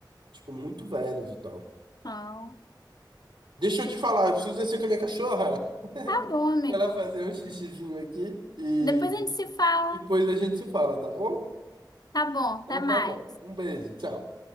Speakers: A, on the right (about 80°); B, on the left (about 55°).
A: tipo, muito velhos e tal.
B: Então,
A: Deixa eu te falar, eu preciso descer com a minha cachorra.
B: tá bom, amigo.
A: Ela fazer um xixizinho aqui e
B: Depois a gente se fala.
A: depois a gente se fala, tá bom?
B: Tá bom,
A: Então
B: até mais.
A: tá bom. Um beijo, tchau.